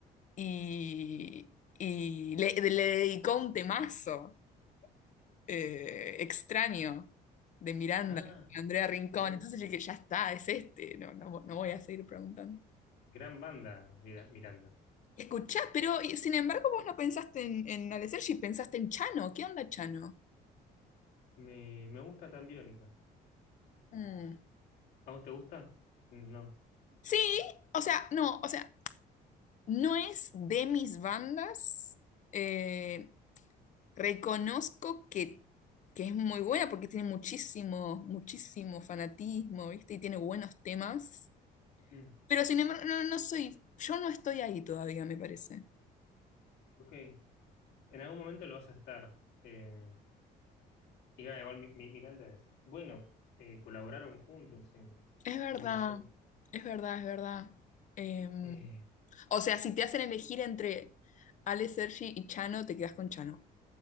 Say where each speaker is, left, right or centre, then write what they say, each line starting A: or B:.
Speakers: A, on the left (about 45°); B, on the left (about 75°).
A: y, y le, le dedicó un temazo eh, extraño de Miranda,
B: Ah,
A: Andrea Rincón.
B: sí.
A: Entonces yo dije, ya está, es este, no, no, vo- no voy a seguir preguntando.
B: Gran banda, Mira- Miranda.
A: Escuchá, pero y- sin embargo vos no pensaste en, en Ale Sergi, pensaste en Chano. ¿Qué onda, Chano?
B: Me, me gusta tan Biónica.
A: Mm.
B: ¿A vos te gusta? Mm, No.
A: Sí, o sea, no, o sea, No es de mis bandas. eh, reconozco que, que es muy buena porque tiene muchísimo, muchísimo fanatismo, ¿viste? Y tiene buenos temas.
B: Mm,
A: Pero sin embargo, no, no soy, yo no estoy ahí todavía, me parece.
B: ok. En algún momento lo vas a estar. Eh, y ah, igual mi- mi- Miranda es. Bueno, eh, colaboraron juntos en,
A: Es verdad,
B: en los shows.
A: es verdad, es verdad. Em,
B: Eh,
A: o sea, si te hacen elegir entre Ale Sergi y Chano, te quedas con Chano.